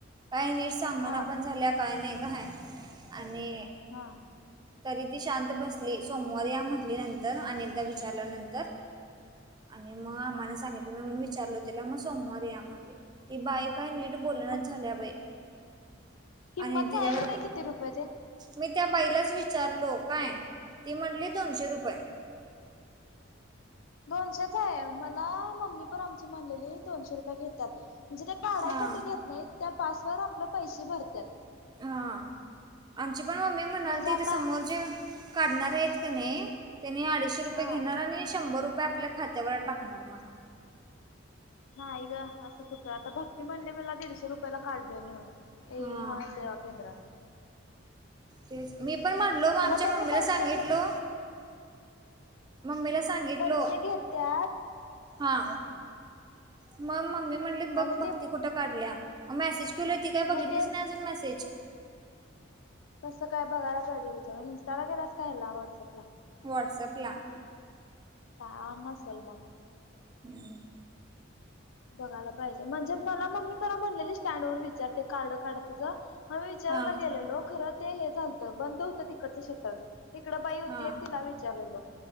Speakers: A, on the right; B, on the left.
A: काय नि चांगणा
B: हा
A: पण झाल्या काय नाही का ह आणि
B: हा.
A: तरी ती शांत बसली सोमवार या म्हटली नंतर अनेकदा विचारल्यानंतर आणि मग आम्हाना सांगितले मग मग विचारल त्याला मग सोमवार या म्हटले. ती बाई काय नीट बोलण्यात
B: मग
A: झाल्या वय.
B: किंमत
A: आणि तिच्यावर
B: सांगितली नाही किती रुपये ते
A: मी त्या बाईलाच विचारलो काय ती म्हटली दोनशे रुपये.
B: दोनशेच आहे मला मम्मी पण आमची म्हणलेली दोनशे रुपये घेतात. म्हणजे ते काढायसाठी
A: हा
B: घेत नाही त्या पासवर आपले पैसे भरतात.
A: हा आमची पण मम्मी म्हणाल
B: म्हणजे
A: तिथ
B: आता
A: समोर जे काढणार आहेत का नाही त्याने अडीचशे रुपये
B: हा
A: घेणार आणि शंभर रुपये आपल्या खात्यावर टाकणार मला
B: नाही ग असं कुठं आता भक्ती म्हणली मला दीडशे रुपयाला काढलोय म्हणून ए
A: हा
B: महसेेवा केंद्रात
A: ते मी पण म्हटलो मग आमच्या
B: त्यांनी
A: मम्मीला
B: पैसे
A: सांगितलो.
B: घ
A: मम्मीला सांगितलो
B: पैसे घेत्यात
A: हा. मग मम्मी म्हटले बघ
B: आणि
A: भक्ती
B: ते
A: कुठं काढल्या मेसेज केल ती काय बघितलीच
B: मग तेच
A: नाही अजून मेसेज
B: तस काय बघायला पाहिजे विचारून इंस्टा ला गला कायला व्हॉट्सअपला
A: व्हॉट्सअप ला.
B: कायणा सल मग
A: हम्म.
B: बघायला पाहिजे म्हणजे मला मम्मी प म्हणलेली स्टँड वर विचारते कार्ड काढतेच. म्ी विचारायला
A: हा
B: गेलेलो खरं ते हे झालतं बंद होतं तिकडचं शटर तिकडं बाई होती
A: हा
B: एक तिला विचारलेलो